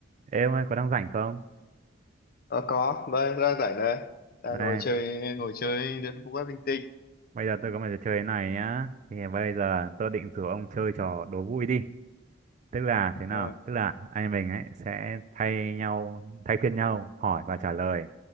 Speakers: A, on the right; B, on the left.
A: Ê ông ơi, có đang rảnh không?
B: Ờ, có đây đang rảnh đây đang
A: Này,
B: ngồi chơi ngồi chơi đến phút web linh tinh
A: bây giờ tôi có một trò chơi này nhá. Thì bây giờ tôi định rủ ông chơi trò đố vui đi. Tức là thế nào?
B: Ờ,
A: Tức là anh mình ấy sẽ thay nhau, thay phiên nhau hỏi và trả lời.